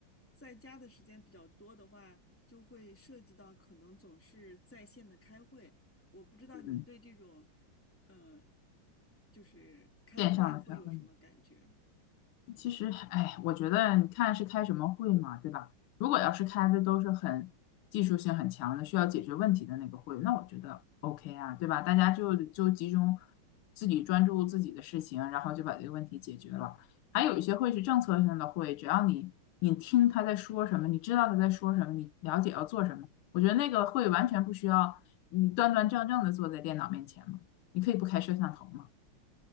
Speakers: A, in the centre; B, on the left.
A: 在家的时间比较多的话，就会涉及到可能总是在线的开会。我不知道你对这种，
B: 嗯，
A: 呃，就是开会会有什么感觉？
B: 线上的才会。其实，哎，我觉得你看是开什么会嘛，对吧？如果要是开的都是很技术性很强的，需要解决问题的那个会，那我觉得 OK 啊，对吧？大家就就集中自己专注自己的事情，然后就把这个问题解决了。还有一些会是政策性的会，只要你你听他在说什么，你知道他在说什么，你了解要做什么，我觉得那个会完全不需要你端端正正的坐在电脑面前嘛，你可以不开摄像头嘛，